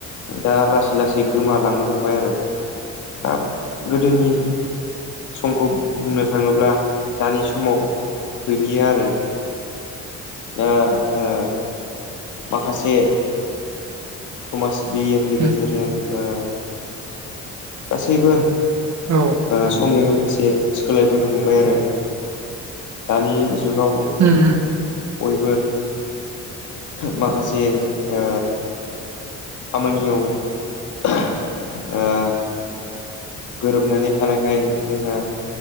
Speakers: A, on the left; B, on the right.
A: दा लासै लासै गोमालांनो हमबाय आरो दा गोदोनि समखौ बुंनो थाङोब्ला दानि समाव गैलिया आरो दा ओ माखासे समाज बिगियाननि
B: औ
A: गेजेरजों ओ गासैबो
B: औ
A: ओ समजों लोगोसे सोलायबोनो हमबाय आरो दानि जुगाव
B: उम उम
A: बयबो माखासे ओ खामानियाव <inaudible> ओ गोरोबनानै थानायखाय जोंहा